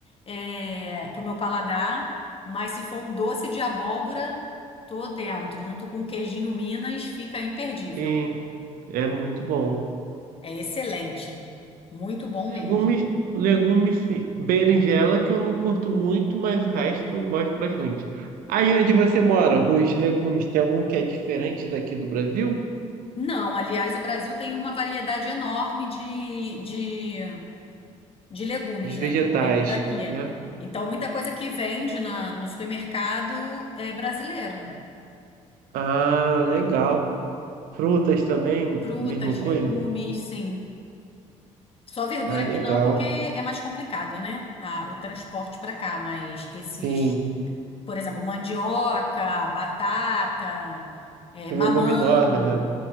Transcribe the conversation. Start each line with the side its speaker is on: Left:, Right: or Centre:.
Left: é, pro meu paladar, mas se for um doce de abóbora, tô dentro. Junto com queijinho Minas, fica imperdível.
Right: Sim, é muito bom.
Left: É excelente. Muito bom
Right: Legumes,
Left: mesmo.
Right: legumes, sim. Berinjela, que eu não curto muito, mas o resto eu gosto bastante. Aí onde você mora, os legumes, tem algum que é diferente daqui do Brasil?
Left: Não, aliás, o Brasil tem uma variedade enorme de, de, de legumes,
Right: Os
Left: né?
Right: vegetais,
Left: Diferente daqui.
Right: né?
Left: Então, muita coisa que vende na, no supermercado é brasileiro,
Right: Ah, legal. Frutas também,
Left: Frutas,
Right: mesma coisa?
Left: legumes, sim. Só verdura
Right: Ah,
Left: que
Right: legal.
Left: não, porque é mais complicado, né? Ah, o transporte para cá, mas esses,
Right: Sim.
Left: por exemplo, mandioca, batata, eh,
Right: Leguminosas,
Left: mamão.
Right: né?